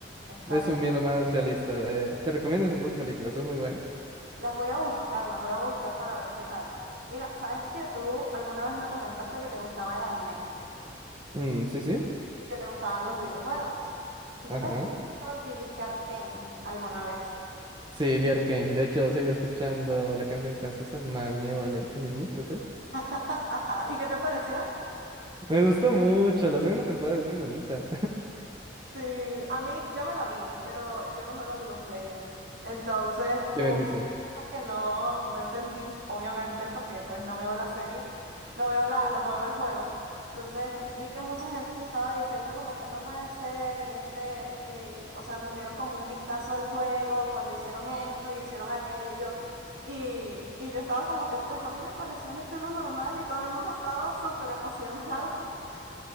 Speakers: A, on the right; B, on the right.
A: está
B: Es
A: bien.
B: un miedo más realista. eh, te recomiendo esas dos películas, son muy buenas.
A: Las voy a buscar, las voy a buscar para ver qué tal. Mira, ¿sabes que tú alguna vez me comentaste que te gustaba el anime
B: Mm, sí, sí.
A: y que te gustaban los videojuegos? Entonces,
B: Ajá.
A: a ver si viste Arcane alguna vez.
B: Sí, vi Arcane. De hecho, sigo escuchando la canción francesa, Mami o el Em-, Ennemi, creo que es.
A: <laughs> ¿Y qué te pareció?
B: Me gustó mucho. La segunda temporada es muy bonita.
A: Sí, a mí, yo me la vi, pero yo no juego League of Legends. Entonces,
B: <laughs> Qué
A: hubo
B: bendición.
A: muchas cosas que no, no entendí, obviamente, porque pues no veo la serie, no veo la, no juego el juego. Entonces, vi que mucha gente se estaba diciendo como que no puede ser y este, y, eh, o sea, nos dieron como un vistazo al juego cuando hicieron esto y hicieron aquello. Y, y yo estaba como que, pues a mí me pareció una escena normal y todo el mundo estaba súper emocionado. <laughs>